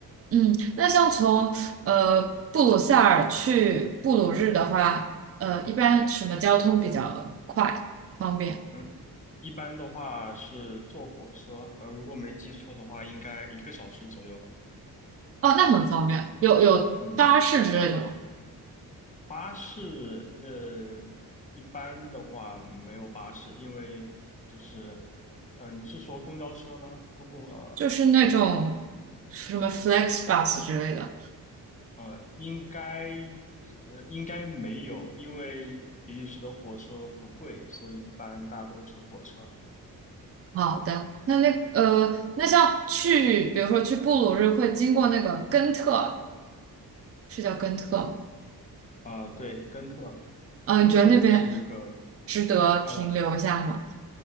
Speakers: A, on the right; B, on the left.
A: 嗯，那像从呃布鲁塞尔去布鲁日的话，呃，一般什么交通比较快方便？
B: 嗯，一般的话是坐火车，呃，如果没记错的话，应该一个小时左右吧。
A: 哦，那很方便，有有巴士之类的吗？
B: 嗯，巴士，呃，一般的话没有巴士，因为就是，呃，你是说公交车吗？公共，呃。
A: 就是那种什么 FlexBus 之类的。
B: 呃，应该呃应该没有，因为比利时的火车不贵，所以一般大家都乘火车。
A: 好的，那那呃，那像去，比如说去布鲁日会经过那个根特，是叫根特吗？
B: 啊、对，根特，
A: 嗯、
B: 根特也是一个，
A: 你觉得那边值得停留一下吗？
B: 呃，